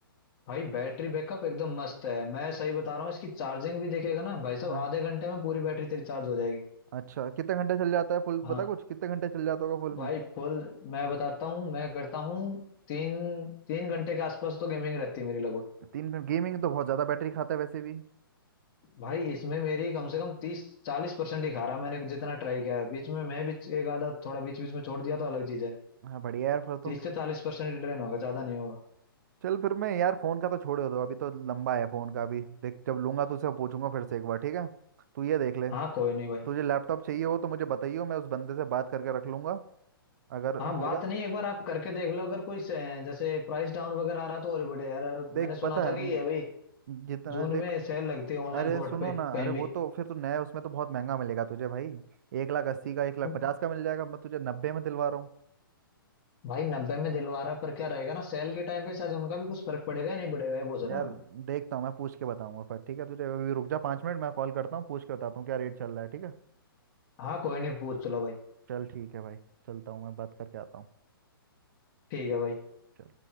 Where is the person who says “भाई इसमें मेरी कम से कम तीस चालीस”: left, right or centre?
Left